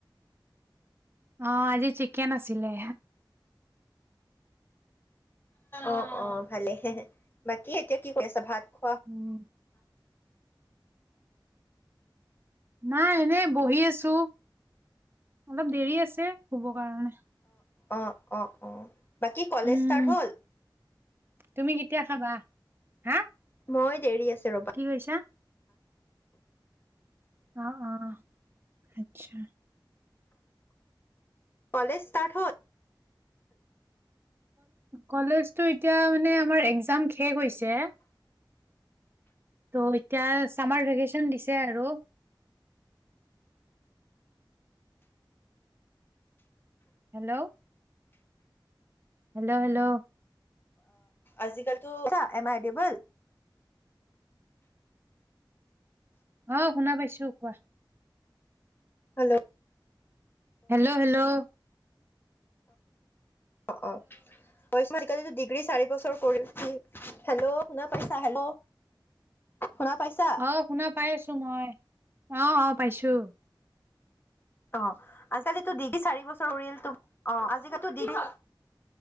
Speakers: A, on the right (about 30°); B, on the left (about 25°).
A: অঁ আজি চিকেন আছি লে‌।
B: অ অ ভালে হে বাকী এতিয়া কি কৰি আছা ভাত খোৱা
A: উম, নাই এনেই বহি আছোঁ। অলপ দেৰি আছে শুব কাৰণে
B: অঁ অঁ অঁ বাকী কলেজ
A: উম,
B: ষ্টাৰ্ট হ'ল
A: তুমি কেতিয়া খাবা হা
B: মই দেৰি আছোঁ ৰবা
A: কি কৈছা? আহ আহ আচ্ছা
B: কলেজ ষ্টাৰ্ট হল
A: কলেজটো এতিয়া মানে আমাৰ একজাম শেষ হৈছে ত' এতিয়া চামাৰ ভেকেশচন দিছে আৰু হেল্ল' হেল্ল' হেল্ল'
B: আজিকালিতো এম আই ডবল
A: অ শুনা পাইছো কোৱা
B: হেল্ল'
A: হেল্ল' হেল্ল'
B: অ অ পইচা <unintelligible> আজিকালিো ডিগ্ৰী চাৰি বছৰ কৰিহি হেল্ল' শুনা পাইছা হেল্ল' শুনা পাইছা?
A: আহ শুনা পাই আছো মই অ অ পাইছো
B: অ আজিকালো ডিগ্ৰী চাৰি বছৰ কৰিলো অ আজিকালো ডিগ্ৰী